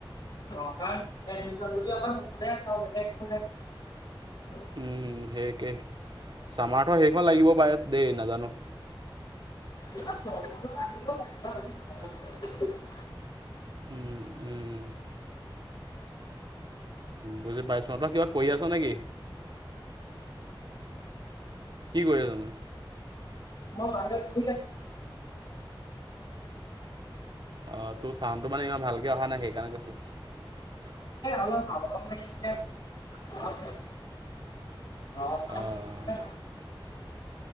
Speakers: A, on the left; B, on the right.
A: কাৰণ এডমিশন কৰি আমাৰ সেইখনে
B: উম সেই একেই চামাৰৰ সেইখন লাগিব পায়। দে ন জানো।
A: <unintelligible>
B: উম উম বুজি পাইছ ন তৰা কিবা কৰি আছ নেকি? কি কৰিছোনো।
A: মই ভানদত পি আছো
B: আহ তোৰ চাউণ্ডটো মানে ইমান ভালকে অহা নাই সেইকাৰণে কৈছো।
A: অল ভাবাও ন আছে। চাৱা মাৰি
B: আহ
A: আছে কাৰণে